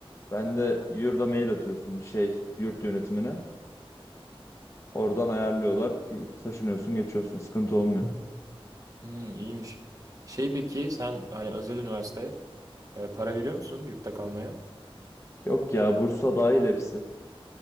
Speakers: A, on the left (about 30°); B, on the right (about 35°).
A: Ben de yurda mail atıyorsun şey yurt yönetimine. Oradan ayarlıyorlar ki taşınıyorsun geçiyorsun sıkıntı olmuyor.
B: Hmm, iyiymiş. Şey peki sen hani özel üniversite e, para veriyor musun yurtta kalmaya?
A: Yok ya Bursa dahil hepsi.